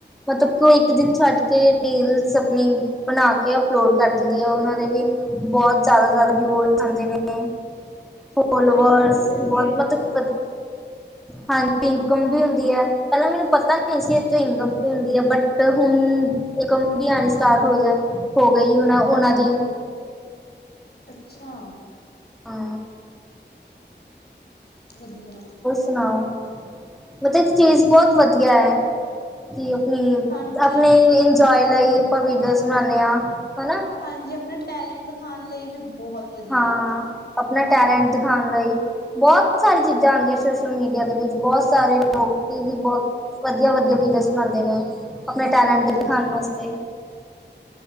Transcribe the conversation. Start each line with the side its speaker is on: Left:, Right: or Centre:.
Centre: ਮਤਲਬ- ਕਿ ਇੱਕ ਦਿਨ ਛੱਡ ਕੇ ਰੀਲ ਬਸ ਅਪਨੀ ਬਣਾ ਕੇ ਅਪਲੋਡ ਕਰ ਦਿੰਦੀ ਹੈ ਉਹਨਾਂ ਦੇ ਵੀ ਬਹੁਤ ਜ਼ਿਆਦਾ, ਜ਼ਿਆਦਾ ਵਿਊ ਹੋ ਜਾਂਦੇ ਨੇ ਫੋਲੋਵਰਸ
Left: ਅੱਛਾ ਇਨਕਮ ਵੀ ਆਉਂਦੀ
Centre: ਬਹੁਤ,
Left: ਹੈ ਇਸ
Centre: ਮਤਲਬ
Left: ਤੋਂ
Centre: ਹਾਂਜੀ ਇਨਕਮ ਵੀ ਹੁੰਦੀ ਹੈ, ਪਹਿਲਾਂ ਮੈਨੂੰ ਪਤਾ ਨਹੀਂ ਸੀ ਏਤੋਂ ਇਨਕਮ ਵੀ ਹੁੰਦੀ ਹੈ ਬਟ ਤੇ ਹੁਣ ਇਨਕਮ ਵੀ ਆਣੀ ਸਟਾਰਟ ਹੋ ਜਾ ਹੋ ਗਈ ਓਨਾ, ਓਨਾ ਦੀ
Left: ਅੱਛਾ!
Centre: ਹੂ,
Left: ਵਧੀਆ।
Centre: ਸੁਣਾਓ, ਮਤਲਬ ਇੱਕ ਚੀਜ਼ ਬਹੁਤ ਵਧੀਆ ਹੈ, ਕਿ ਆਪਣੀ
Left: ਹਾਂਜੀ
Centre: ਆਪਣੇ ਇੰਜੋਏ ਲਈ ਆਪਾਂ ਵੀਡੀਓਜ਼ ਬਣਾਉਦੇ ਹਾਂ, ਹਨਾ
Left: ਹਾਂਜੀ, ਆਪਣਾ ਟੈਲੈਂਟ ਦਿਖਾਣ ਲਈ ਵੀ ਬਹੁਤ ਵਧੀਆ
Centre: ਹਾਂ,
Left: ਹੈ
Centre: ਆਪਣਾ ਟੈਲੈਂਟ ਦਿਖਾਉਣ ਲਈ ਬਹੁਤ ਸਾਰੀ ਚੀਜ਼ਾਂ ਆਉਂਦੀਆਂ ਸੋਸ਼ਲ ਮੀਡੀਆ ਦੇ ਵਿੱਚ, ਬਹੁਤ ਸਾਰੇ ਲੋਕ ਵੀ ਬਹੁਤ ਵਧੀਆ ਵਧੀਆ ਵੀਡੀਓ ਬਣਾੳਂਦੇ ਨੇ ਆਪਣੇ ਟੈਲੈਂਟ
Left: ਹਾਂਜੀ
Centre: ਦਿਖਾਣ ਵਾਸਤੇ